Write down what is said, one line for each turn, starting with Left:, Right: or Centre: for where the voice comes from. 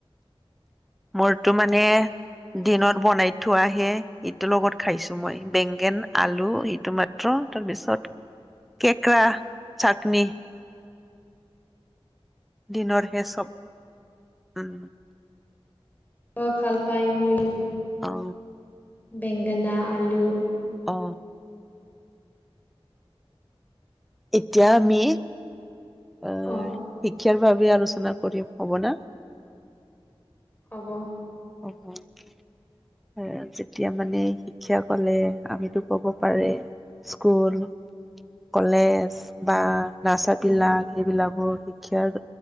Centre: মোৰতো মানে দিনত বনাইত থোৱা হে এইটোৰ লগত খাইছো মই বেংগেন আলু সিটো মাত্ৰ তাৰপিছত কেক্ৰা চাটনি দিনৰ হে চব উম
Left: <unintelligible> ভাল পায় ময়ো
Centre: অ
Left: বেংগেনা আলু
Centre: অ এতিয়া আমি আহ
Left: অ',
Centre: শিক্ষাৰ বাবে আলোচনা কৰিম হ'ব না
Left: হ'ব
Centre: হ'ব হে যেতিয়া মানে শিক্ষা কলে আমিতো কব পাৰে স্কুল কলেজ বা নাৰ্চা
Left: অ',
Centre: বিলাক সেইবিলাকো শিক্ষাৰ